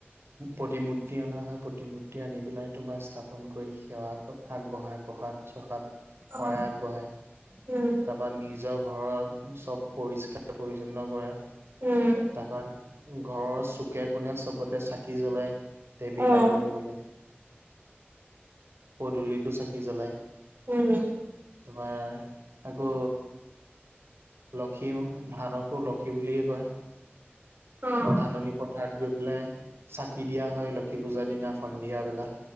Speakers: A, on the right (about 70°); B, on the right (about 50°).
A: প্ৰতিমূৰ্তি অনা হয়। প্ৰতিমূৰ্তি আনি পেলাই তোমাৰ স্থাপন কৰি সেৱা আগ আগবঢ়াব। প্ৰসাদ চসাত শৰাই
B: অ',
A: আগবঢ়াই,
B: উম,
A: তাৰ পৰা নিজৰ ঘৰত চব পৰিষ্কাৰ পৰিষণ্ণ কৰে
B: উম,
A: তাপা। ঘৰৰ চুকে কোনে চবতে চাকি জ্বলাই দেৱীক
B: অ',
A: আদৰিবলে। পদূলিতো চাকি জ্বলাই।
B: উম,
A: তোমাৰ তাকো লক্ষী ধানকো লক্ষী বুলিয়ে কয়।
B: অ',
A: ধাননি পথ ঠাৰ্ড গৈ পেলাই চাকি দিয়া হয় লক্ষী পূজাৰ দিনা সন্ধিয়াবেলা।